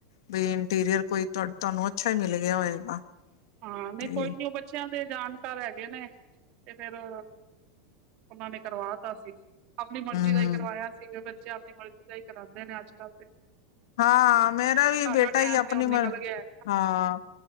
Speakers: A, on the left; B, on the right.
A: ਬ ਇੰਟੀਰੀਅਰ ਕੋਈ ਤੁਹਾਨੂੰ ਅੱਛਾ ਹੀ ਮਿਲ ਗਿਆ ਹੋਏਗਾ।
B: ਹਾਂ ਨੀ
A: ਤੇ
B: ਕੋਈ ਨੀ ਉਹ ਬ ਚਿਆਂ ਦੇ ਜਾਣਕਾਰ ਹੈਗੇ ਨੇ ਤੇ ਫੇਰ ਆ ਉਹਨਾਂ ਨੇ ਕਰਵਾਤਾਾ ਸੀ। ਆਪਣੀ ਮਰਜੀ
A: ਹੂੰ
B: ਦਾ ਹੀ ਕਰਾਇਆ ਸੀ ਬੱਚੇ ਆਪਣੀ ਮਰਜ਼ੀ ਦਾ ਹੀ ਕਰਾਉਂਦੇ ਨੇ ਅੱਜ ਕੱਲ ਤੇ।
A: ਹਾਂ ਮੇਰਾ ਵੀ
B: ਸਾਡਾ
A: ਬੇਟਾ
B: ਟਾਈਮ
A: ਹੀ ਆਪਣੀ
B: ਤੇ ਹੁਣ
A: ਮ,
B: ਨਿਕਲ ਗਿਆ
A: ਹਾਂ